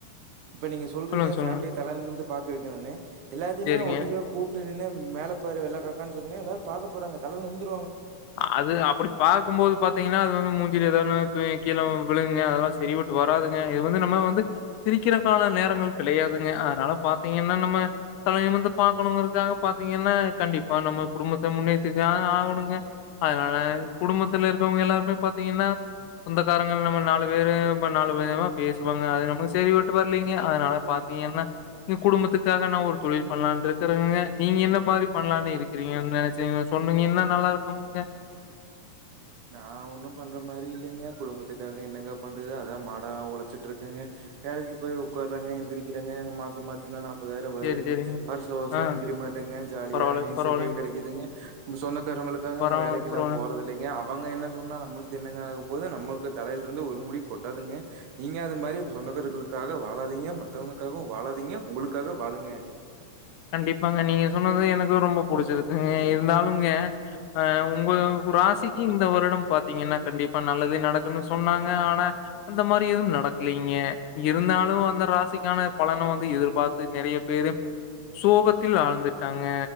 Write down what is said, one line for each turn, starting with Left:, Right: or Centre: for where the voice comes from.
Right: இப்ப நீங்க சொல்றீங்க
Left: சொல்லுங்க,
Right: ஃபமலிய
Left: சொல்லுங்க.
Right: தல நுமுந்து பாக்க வக்கணுனு எல்லாத்தையுமே
Left: சேரிங்க.
Right: ஒட்டுக்க கூப்டு நின்னு மேல பாரு வெள்ளக்காக்கான் சொன்னீங் பாக்க போறங்க தல நிமுந்து
Left: அது அப்டி பாக்குபோது பாத்தீங்கனா அது வந்து மூஞ்சுலே தானே கீழ விழுங்க அதெல்லா சரிவட்டு வராதுங்க இது வந்து நம்ம வந்து சிரிக்கற கால நேரங்கள் கிடையாதுங்க அதனால பாத்தீங்கன்னா நம்ம தல நிமுந்து பாக்கணுங்கரதுக்காக பாத்தீங்கன்னா கண்டிப்பா நம்ம குடும்பத்த முன்னேத்தி தான் ஆகணுங்க அதனால குடும்பத்துல இருக்கவங்க எல்லாருமே பாத்தீங்கன்னா சொந்தக்காரங்கள் நம்ம நாலு பேரு நாலுவிதமா பேசுவாங்க அது நமக் சரிவட்டு வர்லீங்க அதனால பாத்தீங்கன்னா குடும்பத்துக்காக நா ஒரு தொழில் பண்ணலான்ட்டு ருக்கறங்க நீங்க என்ன மாரி பண்ணல இருக்கிறீங்க நெனச்சு சொன்னீங்னா நல்லா இரு <unintelligible>
Right: நா ஒன்னு பண்ற மாரி இல்லிங்க குடும்பத்துக்காக என்னங்க பண்றது அதா மாடா உழச்சுட்டுருக்கங்க வேலைக்கு போய் உக்காறங்க எந்திரிக்கிறங்க மாச மாச்சின்னா முப்பதாயிர வருதுங்க
Left: சேரி சேரிங்க.
Right: வருஷ வருஷ
Left: ஆ
Right: இன்கிரீமெட்டுங்க ஜாலியா
Left: பரவால்லைங்க,
Right: இன்சென்டிவ்
Left: பரவால்லைங்க.
Right: கெடக்குதுங்க <unintelligible> சொன்ன காரங்களுக்காக
Left: பரவா
Right: வேலக்கில்லா
Left: பரவால்லங்க.
Right: போறதில்லைங்க அப் அவங்க என்ன சொன்னா நம்ளுக்கு என்னங்க ஆக போது நம்மக்கு தலயிலருந்து ஒரு முடி கொட்டாதுங்க நீங்க அது மாரி சொந்தகாரங்களுக்காக வாழாதீங்க மத்தனுக்காகவு வாழாதீங்க உங்களுக்காக வாழுங்க
Left: கண்டிப்பாங்க. நீங்க சொன்னது எனக்கு ரொம்ப புடிச்சிருக்குங்க இருந்தாலும்ங்க ஆஹ் உங்க ராசிக்கு இந்த வருட பாத்தீங்கன்னா கண்டிப்பா நல்லதுே நடக்குணு சொன்னாங்க ஆனா அந்த மாரி எதுவு நடக்லீங்க இருந்தாலு அந்த ராசிக்கான பலன வந்து எதிர்பாத்து நறய பேரு சோகத்தில் ஆழ்ந்துட்டாங்க